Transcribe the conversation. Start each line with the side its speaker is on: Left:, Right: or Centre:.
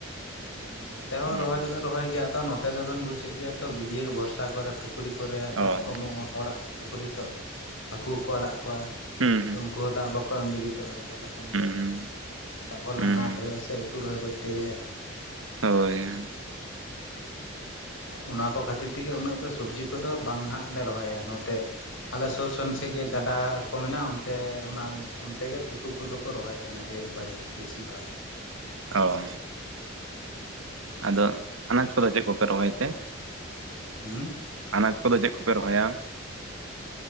Left: ᱦᱮᱸ ᱱᱚᱛᱮ ᱦᱚᱸ
Right: ᱦᱩᱸ
Left: ᱨᱚᱦᱚᱭ ᱫᱚᱞᱮ ᱨᱚᱦᱚᱭ ᱜᱮᱭᱟ ᱟᱫᱚ ᱱᱚᱛᱮ ᱫᱚᱵᱮᱱ ᱵᱩᱡᱮᱫ ᱜᱮᱭᱟ ᱛᱚ ᱜᱤᱰᱭᱟᱹ ᱵᱷᱚᱨᱥᱟ ᱠᱚᱨᱮ ᱯᱩ ᱯᱩᱠᱷᱨᱤ ᱠᱚᱨᱮ
Right: ᱚ
Left: ᱫᱟᱜ ᱠᱚ ᱮᱢᱚᱜᱼᱟ᱾ ᱦᱚᱲᱟᱜ ᱯᱩᱠᱷᱨᱤ ᱛᱚ ᱦᱟᱹᱠᱩᱠᱚ ᱟᱲᱟᱜ ᱠᱚᱣᱟ᱾
Right: ᱦᱮᱸ ᱦᱮᱸ
Left: ᱛᱚ ᱩᱱᱠᱩ ᱦᱚᱸ ᱫᱟᱜ ᱵᱟᱠᱚ ᱮᱢ ᱞᱟᱹᱜᱤᱫᱚᱜᱼᱟ᱾ ᱛᱟᱦᱚᱞᱮ ᱠᱷᱟᱱ ᱫᱚ
Right: ᱦᱩᱸ
Left: ᱫᱟᱜ ᱠᱚᱨᱮᱱᱟᱜ ᱟᱱᱟᱴ
Right: ᱦᱩᱸ
Left: ᱦᱩᱭᱩᱜᱼᱟ, ᱥᱮ ᱩᱛᱩ ᱨᱚᱦᱚᱭ ᱠᱚᱨᱛᱮ ᱜᱮᱞᱮ
Right: ᱦᱳᱭ ᱦᱮᱸᱦᱮᱸ
Left: ᱚᱱᱟ ᱠᱚ ᱠᱷᱟᱹᱛᱤᱨ ᱛᱮᱜᱮ ᱩᱱᱟᱹᱜ ᱫᱚ ᱥᱚᱵᱡᱤ ᱠᱚᱫᱚ ᱵᱟᱝ ᱦᱟᱸᱟᱜ ᱞᱮ ᱨᱚᱦᱚᱭᱟ ᱱᱚᱛᱮ ᱟᱞᱮ ᱥᱩᱨ ᱥᱩᱨ ᱥᱮᱫ ᱜᱮ ᱜᱟᱰᱟ ᱠᱚ ᱢᱮᱱᱟᱜᱼᱟ᱾ ᱚᱱᱛᱮ ᱚᱱᱟ ᱚᱱᱛᱮᱜ ᱩᱛᱩ ᱩᱱᱠᱩ ᱫᱚᱠᱚ ᱨᱚᱦᱚᱭ ᱛᱟᱦᱮᱱᱟ ᱰᱷᱮᱨ ᱵᱟᱭᱤᱠ ᱵᱮᱥᱤᱨ ᱵᱷᱟᱜᱽ
Right: ᱚ ᱟᱫᱚ ᱟᱱᱟᱡ ᱠᱚᱫᱚ ᱪᱮᱫ ᱠᱚᱯᱮ ᱨᱚᱦᱚᱭ ᱛᱮ
Left: ᱦᱩᱸ
Right: ᱟᱱᱟᱡᱽ ᱠᱚᱫᱚ ᱪᱮᱫ ᱠᱚᱯᱮ ᱨᱚᱦᱚᱭᱟ